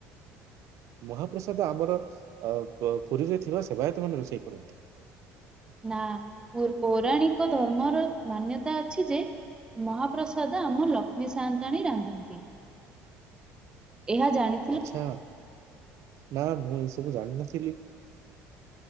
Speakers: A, on the right; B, on the right.
A: ମହାପ୍ରସାଦ ଆମର ଅ, ପ-ପୁରୀରେ ଥିବା ସେବାୟତ ମାନେ ରୋଷେଇ କରନ୍ତି।
B: ନା ପୁର୍ ପୌରାଣିକ ଧର୍ମର ମାନ୍ୟତା ଅଛି ଯେ ମହାପ୍ରସାଦ ଆମ ଲକ୍ଷ୍ମୀ ସାୟନ୍ତାଣୀ ରାନ୍ଧନ୍ତି। ଏହା ଜାଣି
A: ଆଚ୍ଛା ନା ମୁଁ ଏସବୁ ଜାଣିନଥିଲି।